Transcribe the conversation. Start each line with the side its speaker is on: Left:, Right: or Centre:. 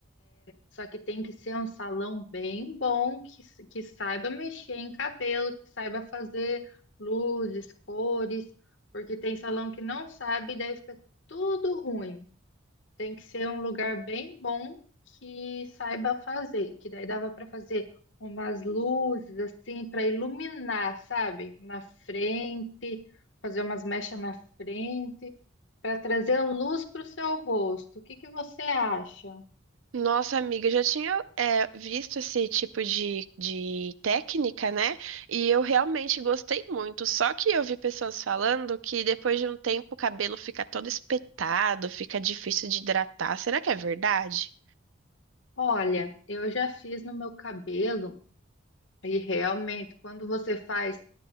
Left: Só que tem que ser um salão bem bom, que, que saiba mexer em cabelo, que saiba fazer luzes, cores, porque tem salão que não sabe, daí fica tudo ruim. Tem que ser um lugar bem bom que saiba fazer, que daí dava para fazer umas luzes assim para iluminar, sabe? Na frente, fazer umas mechas na frente, para trazer luz para o seu rosto. O que que você acha?
Right: Nossa, amiga, eu já tinha é, visto esse tipo de, de técnica, né? E eu realmente gostei muito. Só que eu vi pessoas falando que depois de um tempo o cabelo fica todo espetado, fica difícil de hidratar. Será que é verdade?
Left: Olha, eu já fiz no meu cabelo e realmente quando você faz,